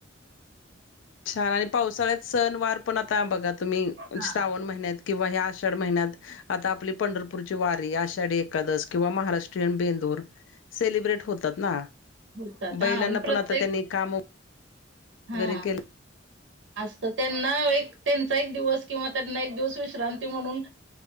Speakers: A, on the left; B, on the right.
A: छान हाय आणि पावसाळ्यात सण, वार पण आता बघा तुम्ही
B: हा
A: श्रावण महिन्यात किंवा ह्या आषाढ महिन्यात आता आपली पंढरपूरची वारी आषाढी एकादस किंवा महाराष्ट्रीयन बेंदूर सेलिब्रेट होतात ना
B: होतात हा
A: बैलांना
B: प्रत्येक
A: पण आता त्यांनी काम
B: हा
A: वेरे केले
B: असतं त्यांना एक त्यांचा एक दिवस किंवा त्यांना एक दिवस विश्रांती म्हणून